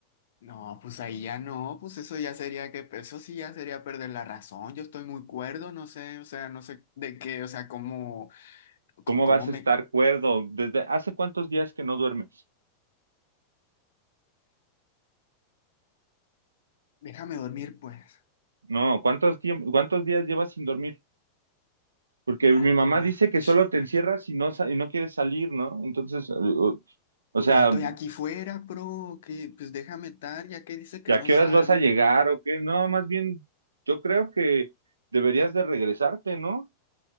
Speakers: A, on the left; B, on the right.
A: no, pues ahí ya no, pues eso ya sería que, eso sí ya sería perder la razón, yo estoy muy cuerdo, no sé, o sea, no sé de qué, o sea, cómo... ¿Cómo,
B: ¿Cómo
A: cómo
B: vas
A: me...
B: a estar cuerdo? ¿Desde hace cuántos días que no duermes?
A: Déjame dormir, pues.
B: No, ¿cuántos tiemp- cuántos días llevas sin dormir? Porque
A: Ah,
B: mi mamá
A: que la...
B: dice que
A: ch-
B: solo te encierras y no, sa- y no quieres salir, ¿no? Entonces, eh, o, o
A: Pues
B: sea,
A: ya estoy aquí fuera, bro. Que, pues déjame estar, ya que dice que
B: ¿y ¿a
A: no
B: qué
A: salgo.
B: horas vas a llegar
A: Pues,
B: o qué? No, más bien, yo creo que deberías de regresarte, ¿no?